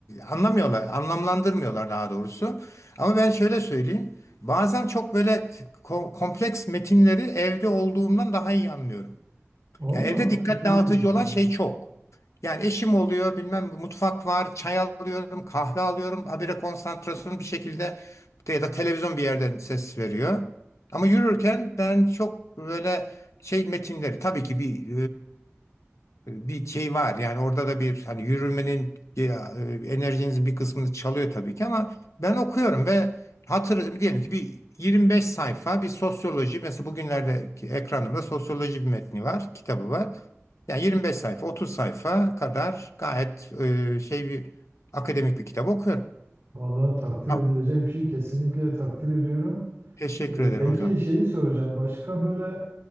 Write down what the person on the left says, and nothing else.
anlamıyorlar, anlamlandırmıyorlar daha doğrusu. Ama ben şöyle söyleyeyim. Bazen çok böyle ko- kompleks metinleri evde olduğumdan daha iyi anlıyorum.
Ya evde
dikkat
dağıtıcı
olan
şey çok. Yani eşim oluyor, bilmem mutfak var, çay alıyorum, kahve alıyorum. Habire konsantrasyonum bir şekilde ya da televizyon bir yerden ses veriyor. Ama yürürken ben çok böyle şey metinleri tabii ki bir bir şey var. Yani orada da bir hani yürümenin ya, e, enerjinizin bir kısmını çalıyor tabii ki ama ben okuyorum ve hatır diyelim ki bir 25 sayfa bir sosyoloji mesela bugünlerdeki ekranımda sosyoloji bir metni var, kitabı var. Yani 25 sayfa, 30 sayfa kadar gayet e, şey bir akademik bir kitap okuyorum.
Ya,
Teşekkür
ederim
hocam.